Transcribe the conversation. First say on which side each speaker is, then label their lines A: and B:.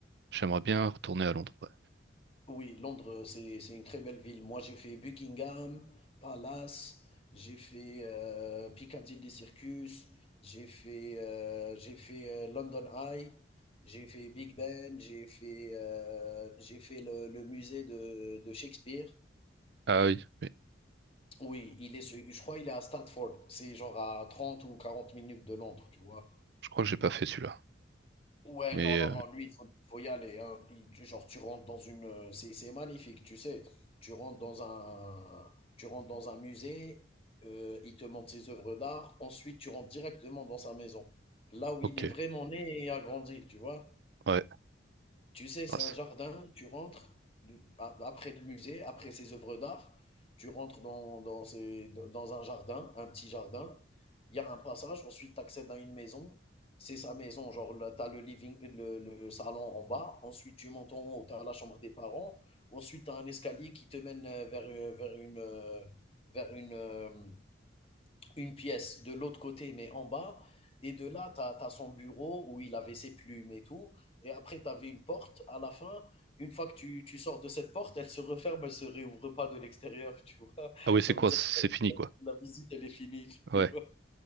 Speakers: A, on the right; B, on the left.
A: j'aimerais bien retourner à Londres. ouais.
B: Oui, Londres, c'est c'est une très belle ville. Moi, j'ai fait Buckingham Palace, j'ai fait, heu, Piccadilly Circus, j'ai fait, heu, j'ai fait, heu, London Eye, j'ai fait Big Ben, j'ai fait, heu, j'ai fait le le musée de de Shakespeare.
A: Ah oui, oui,
B: Oui, il est se je crois il est à Stratford. C'est genre à 30 ou 40 minutes de Londres, tu vois?
A: je crois que j'ai pas fait celui-là.
B: Ouais,
A: Mais
B: non, non,
A: euh,
B: non, lui, il faut, faut y aller, hein. Il- tu- genre, tu rentres dans une. euh, C'est, c'est magnifique, tu sais. Tu rentres dans un, tu rentres dans un musée, euh, il te montre ses œuvres d'art. Ensuite, tu rentres directement dans sa maison, là où
A: ok,
B: il est vraiment né et a grandi, tu vois.
A: ouais.
B: Tu sais, c'est
A: Ah, c'est-
B: un jardin, tu rentres de- a- après le musée, après ces œuvres d'art, tu rentres dans, dans, ces- dans un jardin, un petit jardin, il y a un passage, ensuite tu accèdes à une maison, c'est sa maison, genre tu as le living, le, le salon en bas, ensuite tu montes en haut, tu as la chambre des parents, ensuite tu as un escalier qui te mène euh, vers, euh, vers une, euh, vers une, euh, une pièce de l'autre côté, mais en bas. Et de là, tu as, son bureau où il avait ses plumes et tout. Et après, tu avais une porte à la fin. Une fois que tu, tu sors de cette porte, elle se referme, elle ne se réouvre pas de l'extérieur, tu vois.
A: ah oui,
B: Ça
A: c'est
B: veut
A: quoi?
B: dire
A: C'est
B: que
A: fini quoi.
B: la, la- visite, elle est finie,
A: Ouais.
B: tu vois.